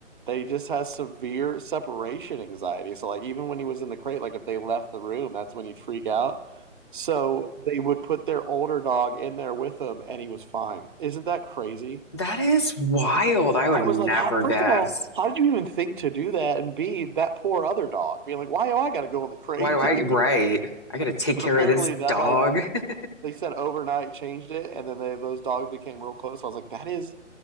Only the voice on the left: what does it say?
That is wild. I would
never
guess.
Why do I,
right? I gotta take
care
of this
dog.
<laughs>